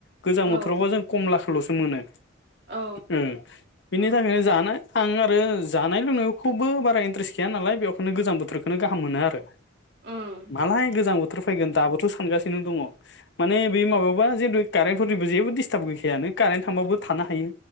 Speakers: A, on the left; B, on the right.
A: गोजां
B: औ
A: बोथोरावबा जों कमला सल'सो मोनो।
B: औ
A: उम बिनि
B: उम
A: थाखायनो जानो। आं आरो जानाय लोंनायखौबो बारा इन्ट्रेस्ट गैया नालाय बेखायनो गोजां बोथोरखौनो गाहाम मोनो आरो
B: उम
A: मालाय गोजां बोथोर फैगोन दाबोथ' सानगासिनो दङ माने बे माबाबा जिथु कारेन्टफोरनिबो जेबो दिडिस्टाब गैखायानो। कारेन्ट थांबाबो थानो हायो।